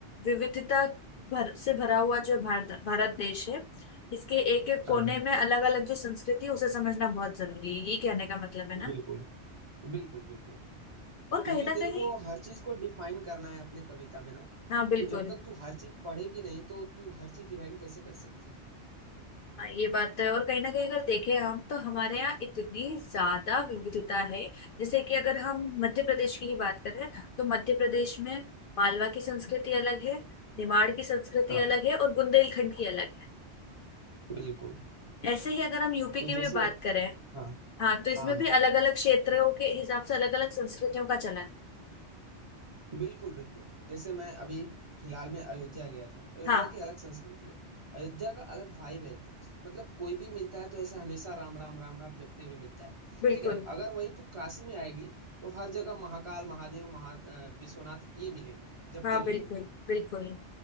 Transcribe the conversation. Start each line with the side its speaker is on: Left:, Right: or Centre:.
Left: विविधता भर से भरा हुआ जो भारत भारत देश है इसके एक एक कोने
Right: हाँ
Left: में अलग अलग जो संस्कृति है उसे समझना बहुत जरूरी है ये कहने का मतलब है ना
Right: बिल्कुल बिल्कुल बिल्कुल
Left: और
Right: क्योंकि
Left: कहीं ना
Right: तेरे
Left: कहीं
Right: को हर चीज को डिफाइन करना है अपने कविता में ना
Left: हाँ बिल्कुल
Right: तो जब तक तू हर चीज पढ़ेगी नहीं तो तू हर चीज डिफाइन कैसे कर सकती है
Left: हाँ, ये बात तो है और कहीं ना कहीं अगर देखें हम तो हमारे यहाँ इतनी ज्यादा विविधता है जैसे कि अगर हम मध्य प्रदेश की ही बात करें तो मध्य प्रदेश में मालवा की संस्कृति अलग है निमाड़ की संस्कृति
Right: हाँ
Left: अलग है और बुंदेलखंड की अलग
Right: बिल्कुल
Left: है ऐसे ही अगर हम यूपी
Right: तो
Left: की भी
Right: जैसे
Left: बात करें
Right: हाँ
Left: हाँ तो इसमें
Right: हाँ हाँ
Left: भी अलग अलग क्षेत्रों के हिसाब से अलग अलग संस्कृतियों का चलन
Right: बिल्कुल बिल्कुल जैसे मैं अभी फिलहाल में अयोध्या गया था अयोध्या
Left: हाँ
Right: की अलग संस्कृति है अयोध्या का अलग वाइब है एकदम मतलब कोई भी मिलता है तो ऐसे हमेशा राम राम राम राम जपते हुए मिलता है
Left: बिल्कुल
Right: ठीक है अगर वही तू काशी में आएगी तो हर जगह महाकाल महादेव महा अ, विश्वनाथ ये मिलेंगे जपते
Left: हाँ
Right: हुए
Left: बिल्कुल
Right: लोग
Left: बिल्कुल